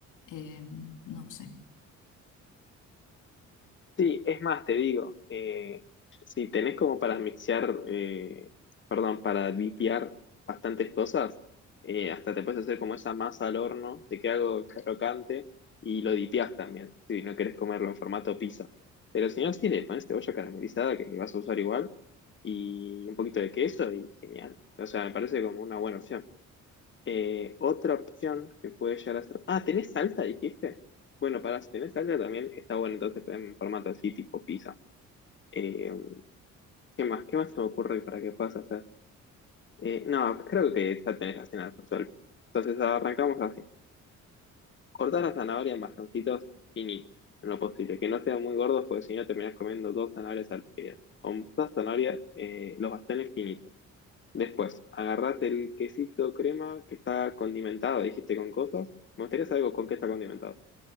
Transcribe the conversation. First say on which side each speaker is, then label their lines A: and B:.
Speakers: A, on the left; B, on the left.
A: Eh, no sé.
B: Sí, es más, te digo, eh, si tenés como para mixear, eh, perdón, para dipear bastantes cosas, eh, hasta te puedes hacer como esa masa al horno, te queda algo crocante y lo dipeás también, si no querés comerlo en formato pizza. Pero si no, sí, le pones cebolla caramelizada que le vas a usar igual y un poquito de queso y genial. O sea, me parece como una buena opción. Eh, otra opción que puede llegar a ser. Ah, ¿tenés salsa, dijiste? Bueno, para si tenés salsa también está bueno, entonces en formato así, tipo pizza. Eh, ¿qué más? ¿Qué más se me ocurre para que puedas hacer? Eh, no, creo que ya tenés la cena resuelta. Entonces arrancamos así. Cortás la zanahoria en bastoncitos finitos, en lo posible, que no sean muy gordos, porque si no terminás comiendo dos zanahorias al día. O dos zanahorias, eh, los bastones finitos. Después, agarrate el quesito crema que está condimentado, dijiste con cosas. Me gustaría saber con qué está condimentado.